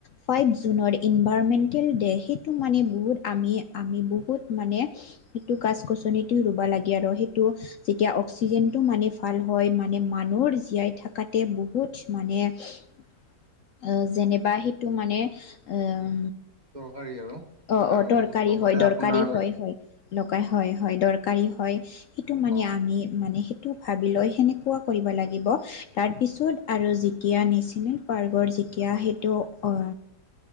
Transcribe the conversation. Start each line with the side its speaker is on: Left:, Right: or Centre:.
Left: ফাইভ জুনৰ ইনভাৰমেণ্টেল ডে সেইটো মানে বহুত আমি আমি বহুত মানে সেইটো গাছ-গছনিটো ৰুবা লাগে আৰু সেইটো যেতিয়া অক্সিজেনটো মানে ভাল হয়, মানে মানুহৰ জীয়াই থকাতে বহুত মানে <unintelligible>
Right: <inaudible>
Left: <unintelligible> যেনেবা সেইটো মানে আহ
Right: দৰকাৰী আৰু। <unintelligible>
Left: অ-অ, দৰকাৰী
Right: লগতে
Left: হয়, দৰকাৰী
Right: আপোনাৰ
Left: হয়-হয়। <unintelligible> দৰকাৰ হয়-হয়। দৰকাৰী হয় সেইটো মানে
Right: অ
Left: আমি মানে সেই <unintelligible> যিটো ভাবি লয় সেনেকুৱা কৰিব লাগিব তাৰপিছত আৰু <unintelligible> <unintelligible> এতিয়া নেশ্যনেল পাৰ্কৰ যেতিয়া সেইটো অ